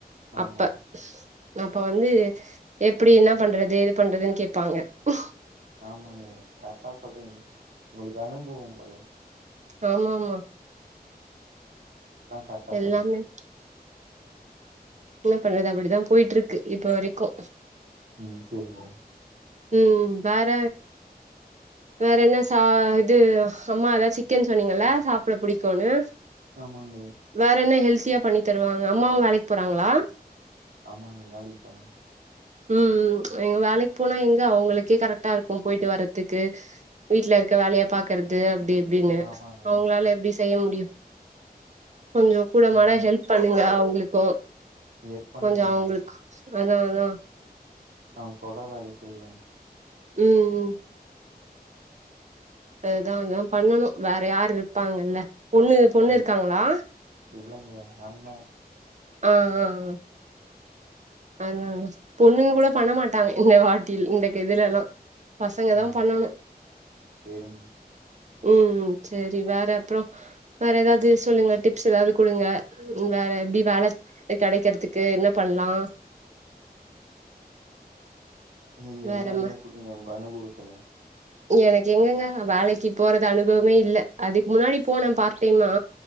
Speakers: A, on the right; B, on the right.
A: ஆமா
B: அப்ப அப்ப வந்து அப்டி என்ன பண்றது ஏது பண்றதுன் கேப்பாங்க ம்
A: ஆமாங்க கரெக்டா சொல்றீங்க உங்களுக்கு அனுபவம் போல
B: ஆமா ஆமா
A: அதா கரெக்டா
B: எல்லாமே
A: சொல்றீங்க
B: என்ன பண்றது அப்டிதா போயிட்ருக்கு இப்போ வரைக்கு
A: ம் சேரிங்க
B: ம் வேற வேற என்ன சா இது அம்மா அதா சிக்கன் சொன்னீங்கள்ல சாப்ட புடிக்குன்னு
A: ஆமாங்க
B: வேற என்ன ஹெல்த்தியா பண்ணி தருவாங்க அம்மாவு வேலைக் போறாங்ளா
A: ஆமாங்க வேலைக்கு போறாங்
B: ம் ம் எங்க வேலைக் போனா எங்க அவங்களுக்கே கரெக்ட்டா இருக்கும் போயிட்டு வர்றதுக்கு வீட்ல இருக்க வேலய பாக்கறது அப்டி இப்டின்னு
A: ஆமாங்க
B: அவங்களால எப்டி செய்ய முடியு கொஞ்சோ கூடமாட
A: ம்
B: ஹெல்ப் பண்ணுங்க அவங்களுக்கு
A: ஹெல்ப் பண்ணுவங்க
B: கொஞ்சோ அவங்களுக்கு அதா அதா
A: அவங்க சொல்ற வேலய செய்வ
B: ம் ம் அதா அதாம் பண்ணனு வேற யாரு இருப்பாங்கல்ல பொண்ணு பொண்ணு
A: ம்
B: இருக்காங்களா
A: இல்லங்க அண்ண
B: ஆ ஆ ஆ அதா பொண்ணுங்க கூட பண்ணமாட்டாங்க இந்த வாட்டில் இந்த கெதுலெல்லா பசங்க தா
A: ஆ
B: பண்ணனு
A: சரிங்க
B: ம் சேரி வேற அப்புறோ வேற எதாவது சொல்லுங்க டிப்ஸ் எதாவது குடுங்க வேற எப்டி வேல து கெடைக்கறதுக்கு என்ன பண்லா
A: நீங்க
B: வேறம்மா
A: எதனா இருந்தா கூட்டுங்க உங்க அனுபவத்துல
B: எனக்கு எங்கங்க வேலைக்கு போறது அனுபவமே இல்ல அதுக்கு முன்னாடி போன பார்ட் டைமா